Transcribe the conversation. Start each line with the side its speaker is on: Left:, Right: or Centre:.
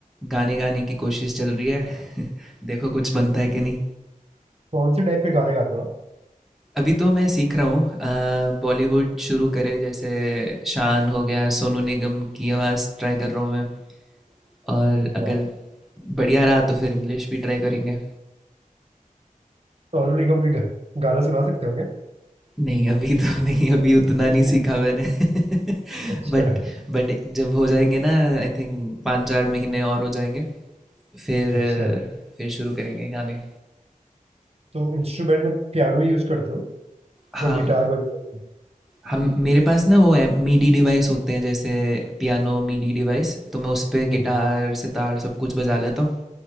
Centre: गाने गाने की कोशिश चल रही है <laughs> देखो कुछ बनता है कि नहीं
Right: कौन से टाइप के गाने गाते हो आप
Centre: अभी तो मैं सीख रहा हूँ अ, बॉलीवुड शुरू करे जैसे शान हो गया सोनू निगम की आवाज़ ट्राई कर रहा हूँ मैं और अगर
Right: वाह
Centre: बढ़िया रहा तो फिर इंग्लिश भी ट्राई करेंगे
Right: सोनू निगम के गा, गाना सुना सकते हो क्या
Centre: नहीं अभी तो <laughs> नहीं अभी उतना
Right: <laughs>
Centre: नहीं सीखा मैंने <laughs>
Right: अच्छा
Centre: बट बट जब हो जाएंगे ना आई थिंक पाँच चार महीने और हो जाएंगे फिर
Right: अच्छा
Centre: फिर शुरू करेंगे गाने
Right: तो इंस्ट्रूमेंट में पियानो ही यूज करते हो
Centre: हाँ
Right: या गिटार वगैरह
Centre: हम मेरे पास ना वो है मीडी डिवाइस होते हैं जैसे पियानो मीडी डिवाइस तो मैं उस पे
Right: ओके
Centre: गिटार सितार सब कुछ बजा लेता हूँ